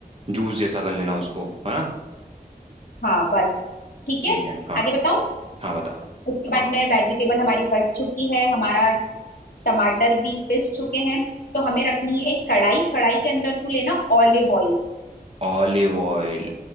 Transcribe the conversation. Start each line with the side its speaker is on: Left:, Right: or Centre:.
Right: जूस जैसा कर लेना उसको है ना
Left: हाँ बस ठीक
Right: ठीक
Left: है
Right: है हाँ
Left: आगे बताऊं
Right: हाँ बता
Left: उसके बाद में वेजिटेबल हमारी कट चुकी है हमारा टमाटर भी पिस चुके हैं तो हमें रखनी है एक कढ़ाई कढ़ाई के अंदर तू लेना ऑलिव ऑयल
Right: Olive oil